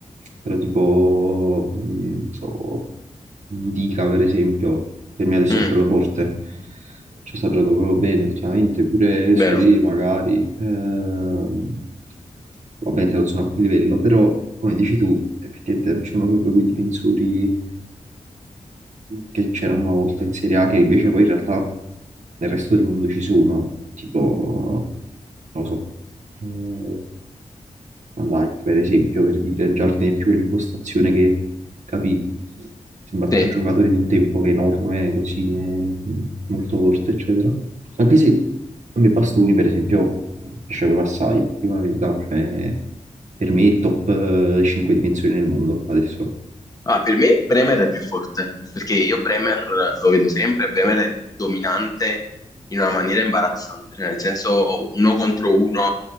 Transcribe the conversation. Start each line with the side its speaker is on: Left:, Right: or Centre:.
Right: però tipo, mh, non so, Dica per esempio, per me adesso
Left: Mm,
Right: è proprio forte, ci sta giocando proprio bene ultimamente, pure
Left: vero,
Right: Solé magari, ehm, ovviamente non sono a quel livello, però come dici tu, effettivamente non c'erano proprio quei difensori che c'erano una volta in Serie A, che invece poi in realtà nel resto del mondo ci sono, tipo, non lo so, mm, Van Dijk, per esempio, per dire, già tiene più l'impostazione che capì, sembra
Left: sì.
Right: più un giocatore di un tempo che è enorme, così, eh, molto forte, eccetera. Anche se a me Bastoni, per esempio, piaceva assai, ti dico la verità, cioè, per me è il top 5 dimensioni nel mondo adesso.
Left: Ah, per me Bremer è più forte, perché io Bremer lo vedo sempre, Bremer è dominante in una maniera imbarazzante, cioè nel senso uno contro uno